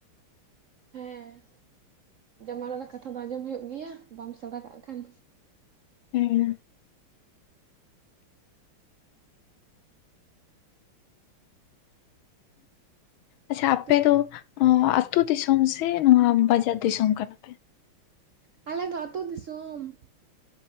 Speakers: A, on the right; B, on the left.
A: ᱦᱮᱸ ᱡᱟᱢᱟᱜ ᱚᱱᱟᱜ ᱨᱮ ᱠᱟᱛᱷᱟ ᱫᱚ ᱟᱸᱡᱚᱢ ᱦᱩᱭᱩᱜ ᱜᱮᱭᱟ ᱵᱟᱢ ᱥᱮᱬᱟ ᱠᱟᱜ ᱠᱷᱟᱱ
B: ᱦᱮᱸ ᱟᱪᱪᱷᱟ ᱟᱯᱮ
A: ᱛᱚ
B: ᱫᱚ ᱟᱻ ᱟᱹᱛᱩ ᱫᱤᱥᱚᱢ ᱥᱮ ᱱᱚᱣᱟ ᱵᱟᱡᱟᱨ ᱫᱤᱥᱚᱢ ᱠᱟᱱᱟ ᱯᱮ᱾
A: ᱟᱞᱮ ᱫᱚ ᱟᱛᱩ ᱫᱤᱥᱚᱢ